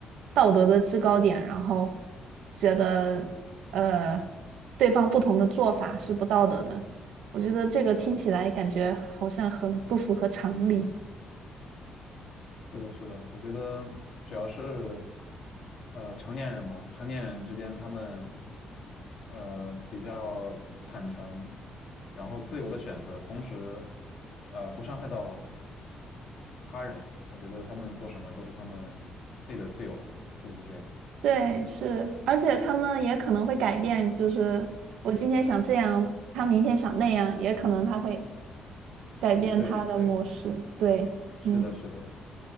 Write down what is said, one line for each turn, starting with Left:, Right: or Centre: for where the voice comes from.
Right: 道德的制高点，然后觉得呃对方不同的做法是不道德的。我觉得这个听起来感觉好像很不符合常理。
Left: 是的，是的，我觉得只要是呃成年人吧，成年人之间他们呃比较坦诚，然后自由的选择，同时呃不伤害到他人，我觉得他们做什么都是他们自己的自由，是不是这样？
Right: 对，是，而且他们也可能会改变，就是我今天想这样，他明天想那样，也可能他会改变他的模式。
Left: 对对，
Right: 对，
Left: 是的，
Right: 嗯。
Left: 是的，